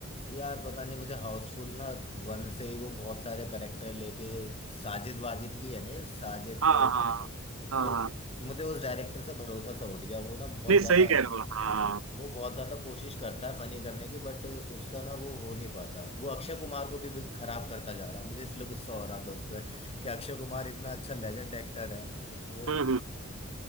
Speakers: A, on the left; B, on the right.
A: यार पता नहीं मुझे हाउसफुल ना वन से ही वो बहुत सारे करेक्टर लेके साजिद वाजिद की है ना ये, साजिद
B: हाँ हाँ हाँ
A: तो
B: हाँ
A: मुझे उस डायरेक्टर से भरोसा सा उठ गया वो ना बहुत
B: नहीं
A: ज्यादा
B: सही कह रहे हो हाँ हाँ।
A: वो बहुत ज्यादा कोशिश करता है फनी करने की बट उसका ना वो हो नहीं पाता वो अक्षय कुमार को भी भी खराब करता जा रहा है मुझे इसलिए गुस्सा हो रहा था उस पर कि अक्षय कुमार इतना अच्छा लेजेंड एक्टर है वो
B: हम्म हम्म।